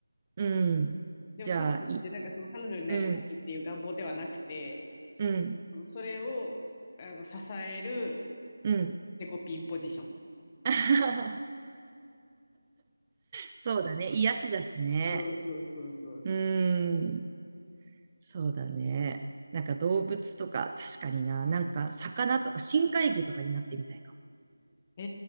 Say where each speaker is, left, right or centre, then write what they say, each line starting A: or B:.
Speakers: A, on the right; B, on the left.
A: うん。
B: でもかといって、
A: じゃあ、い、
B: なんかその彼女になりたいっていう願望ではなくて、
A: うん、うん、
B: うんそれをあの支える
A: うん。
B: デコピンポジション。
A: <laughs> そうだね。癒しだしね。
B: そうそうそうそうそう。
A: うーん、そうだね。なんか動物とか、確かにな。なんか魚とか深海魚とかになってみたいか
B: え